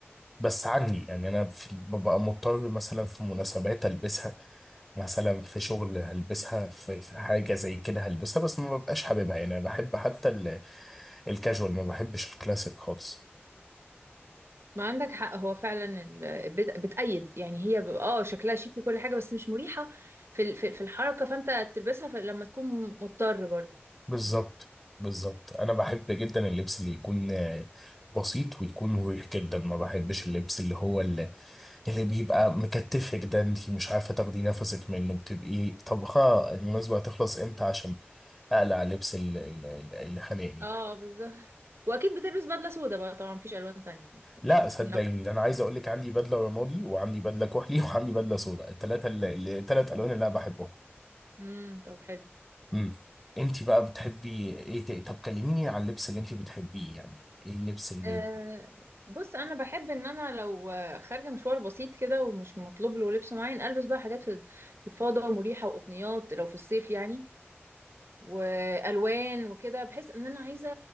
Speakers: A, in the centre; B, on the right.
A: بس عني يعني انا في ببقى مضطر مثلا في مناسبات البسها مثلا في شغل هلبسها في, في حاجه زي كده هلبسها بس ما ببقاش حاببها يعني انا بحب حتى ال- الكاجوال ما بحبش الكلاسيك خالص
B: ما عندك حق هو فعلا ال- بت- بتأيد يعني هي ب- اه شكلها شيك وكل حاجة بس مش مريحة في ال- في ال- في الحركة فانت تلبسها في- لما تكون مضطر برضو
A: بالظبط بالظبط انا بحب جدا اللبس اللي يكون آه، بسيط ويكون مريح جدا ما بحبش اللبس اللي هو ال اللي بيبقى مكتفك ده انت مش عارفه تاخدي نفسك منه بتبقي طبخه المناسبه هتخلص امتى عشان اقلع لبس ال- ال- ال- اللي خانقني
B: اه بالظبط واكيد بتلبس بدلة سودا بقى طبعا مفيش الوان تانية مش
A: لا
B: مش
A: صدقيني
B: هنلو
A: ده انا عايز اقول لك عندي بدله رمادي وعندي بدله كحلي <laughs> وعندي بدله سوداء الثلاثه الثلاث الوان اللي انا بحبهم
B: امم طب حلو
A: امم انت بقى بتحبي ايه تاني طب كلميني عن اللبس اللي انت بتحبيه يعني ايه اللبس اللي
B: آه بص انا بحب ان انا لو آه، خارجه مشوار بسيط كده ومش مطلوب له لبس معين البس بقى حاجات فت- فضفاضه ومريحه وقطنيات لو في الصيف يعني والوان وكده بحس ان انا عايزه